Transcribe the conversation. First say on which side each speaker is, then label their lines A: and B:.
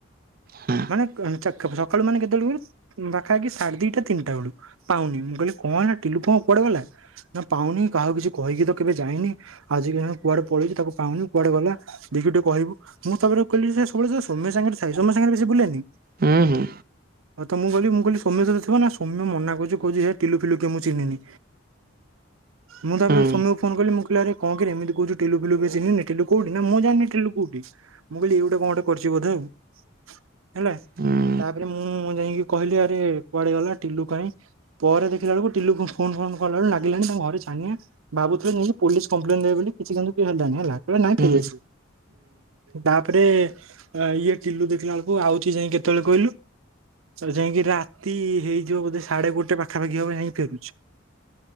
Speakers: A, on the right (about 45°); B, on the right (about 85°).
A: ହଁ
B: ମାନେ ସକାଳୁ ମାନେ କେତେବେଳକୁ? ପାଖାପାଖି ସାଢେ ଦିଟା ତିନିଟା ବେଳୁ ପାଉନି ମୁଁ କହିଲି କଣ ହେଲା ଟିଲୁ କଣ କୁଆଡେ ଗଲା? ନା ପାଉନି କାହାକୁ କିଛି କହିକି ତ କେବେ ଯାଇନି ଆଜିିକାଲି କୁଆଡେ ପଳେଇଛି ତାକୁ ପାଉନି କୁଆଡେ ଗଲା? ଦେଖି ଟିକେ କହିବୁ ମୁଁ ତାରେ କହିଲି ଯେ ସବୁବେଳେ ସୋମ୍ୟ ସାଙ୍ଗରେ ସାଇ ସୋମ୍ୟ ସାଙ୍ଗରେ ବେସି ବୁଲେନି।
A: ହୁଁ ହୁଁ।
B: ହଁ ମୁଁ କହିଲି ମୁଁ କି ସୌମ୍ୟ ସହିତ ଥିବ ନା ସୌମ୍ୟ ମନା କରୁଛି କହୁଛିି ଟିଲୁ ଫିଲୁ କିଏ ମୁଁ ଚିହ୍ନିନି। ମୁଁ ତାପରେ
A: ହୁଁ
B: ସୌମ୍ୟକୁ ଫୋନ୍ କଲି ମୁଁ କହିଲି ଆରେ କଣ କିରେ ଏମିତି କହୁଛୁ ଟିଲୁ ଫିଲୁ କିଏ ଚିହ୍ନିନି ଟିଲୁ କୋଉଠି ନା ମୁଁ ଜାଣିନି ଟିଲୁ କୋଉଠି? ମୁଁ କହିଲି ଏଇ ଗୋଟେ କଣ ଗୋଟେ କରିଛି ବୋଧେ ଆଉ ହେଲା
A: ହୁଁ
B: ତାପରେ ମୁଁ ଯାଇକି କହିଲି ଆରେ କୁଆଡେ ଗଲା ଟିଲୁ କାହିଁ? ପରେ ଦେଖିଲା ବେଳକୁ ଟିଲୁକୁ ଫୋନ ଫୋନ କଲାବେଳକୁ ଲାଗିଲାଣି ତାଙ୍କ ଘରେ ଛାନିଆ ଭାବୁଥିଲି ପୋଲିସ୍ କମ୍ପ୍ଲେନ ଦେବେ ବୋଲି କିଛି କିନ୍ତୁ କି ହେଲାନି ହେଲା କ ନାହିଁ
A: ହୁଁ
B: ଠିକ୍
A: ହୁଁ
B: ଅଛି। ତାପରେ ଇଏ କିଲୁ ଦେଖିଲା ବେଳକୁ ଆଉଛି ଯାଇ କେତେବେଳେ କହିଲୁ ଆଉ ଯାଇକି ରାତି ହେଇଯିବ ବୋଧେ ସାଢେ ଗୋଟେ ପାଖାପାଖି ହବ ଯାଇକି ଫେରୁଛି।